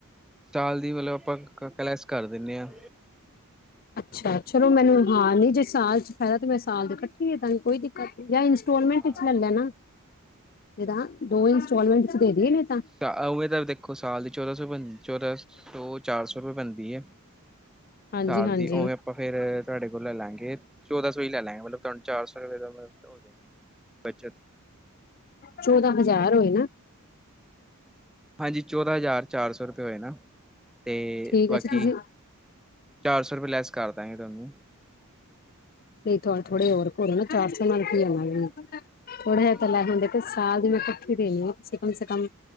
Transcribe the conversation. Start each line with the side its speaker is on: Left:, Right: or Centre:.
Centre: ਸਾਲ ਦੀ ਮਤਲਬ ਆਪਾਂ ਕਲੈਸ ਕਰ ਦਿਣੇ ਆ
Left: ਅੱਛਾ ਚਲੋ ਮੈਨੂੰ ਹਾਂ ਨਈ ਜੇ ਸਾਲ ਚ ਫਾਇਦਾ ਤੇ ਮੈਂ ਸਾਲ ਦੇ ਕੱਠੀ ਦੇਂਦਾਗੀ ਕੋਈ ਦਿ ਕਤ ਜਾਂ ਇੰਸਟੋਲਮੈਂਟ
Centre: ਹਾਂ।
Left: ਵਿੱਚ ਲੈ ਲੈਨਾ ਨਹੀਂ ਤਾਂ ਦੋ ਇੰਸਟਾਲਮੈਂਟ ਚ ਦੇ ਦਈਏ ਨਹੀਂ ਤਾਂ
Centre: ਤਾਂ ਉਵੇ ਤਾਂ ਦੇਖੋ ਸਾਲ ਦੀ ਚੌਦਾਂ ਸੌ ਬ ਚੌਦਾਂ ਸੌ ਚਾਰ ਸੌ ਰੁਪਏ ਬਣਦੀ ਐ
Left: ਹਾਂਜੀ-ਹਾਂਜੀ
Centre: ਸਾਲ ਦੀ ਉਵੇਂ ਆਪਾਂ ਫੇਰ ਤੁਹਾਡੇ ਕੋਲ ਲੈ ਲਾਂਗੇ ਚੌਦਾਂ ਸੌ ਹੀ ਲੈ ਲਾਂਗੇ ਮਤਲਬ ਤੁਹਾਨੂੰ ਚਾਰ ਸੌ ਰਪਏ ਦਾ ਉਹ ਹੋ ਜੇਗਾ ਬੱਚਤ
Left: ਚੌਦਾਂ ਹਜ਼ਾਰ ਹੋਏ ਨਾ
Centre: ਹਾਂਜੀ ਚੌਦਾਂ ਹਜ਼ਾਰ ਚਾਰ ਸੌ ਰੁਪਏ ਹੋਏ ਨਾ, ਤੇ
Left: ਠੀਕ
Centre: ਬਾਕੀ
Left: ਹੈ ਅੱਛਾ ਤੁਸੀਂ
Centre: ਚਾਰ ਸੌ ਰੁਪਏ ਲੈਸ ਕਰ ਦਾਂਗੇ ਤੁਹਾਨੂੰ
Left: ਨਹੀਂ ਥ ਥੋੜੇ ਹੋਰ ਕਰੋ ਨਾ ਚਾਰ ਸੌ ਨਾਲ ਰੁਪਏ ਕੀ ਆਣਾ,
Centre: ਥੋੜੇ।
Left: ਥੋੜਾ ਜਿਹਾ ਤਾਂ
Centre: ਬਾਕੀ
Left: ਲੈ ਹੁੰਦੇ ਸਾਲ ਦੀ ਮੈਂ ਦੇਣੀ ਐ ਕਮ ਸੇ ਕਮ